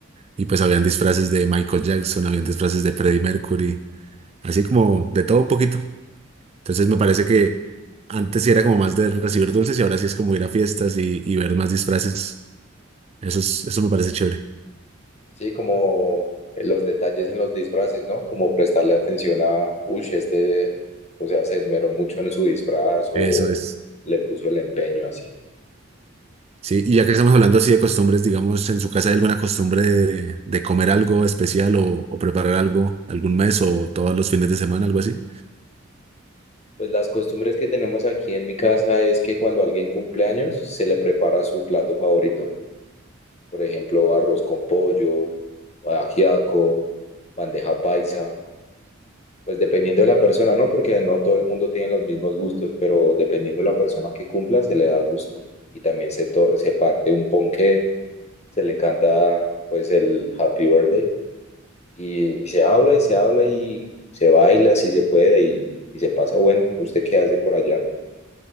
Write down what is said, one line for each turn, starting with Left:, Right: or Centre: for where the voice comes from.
Right: Y pues habían disfraces de Michael Jackson, habían disfraces de Freddie Mercury, así como de todo un poquito. Entonces me parece que antes sí era como más de recibir dulces y ahora sí es como ir a fiestas y, y ver más disfraces. Eso es, eso me parece chévere.
Left: Sí, como los detalles en los disfraces, ¿no? Como prestarle atención a, uy, este, o sea, se esmeró mucho en su disfraz o
Right: Eso es.
Left: le puso el empeño así.
Right: Sí, y ya que estamos hablando así de costumbres, digamos, ¿en su casa hay alguna costumbre de, de comer algo especial o, o preparar algo algún mes o todos los fines de semana, algo así?
Left: Pues las costumbres que tenemos aquí en mi casa es que cuando alguien cumple años, se le prepara su plato favorito. por ejemplo, arroz con pollo, ajiaco, bandeja paisa, pues dependiendo de la persona, ¿no? Porque no todo el mundo tiene los mismos gustos, pero dependiendo de la persona que cumpla, se le da gusto. Y también se, to- se parte un ponqué, se le canta pues el Happy Birthday y se habla y se habla y se baila si se puede y, y se pasa bueno. ¿Usted qué hace por allá?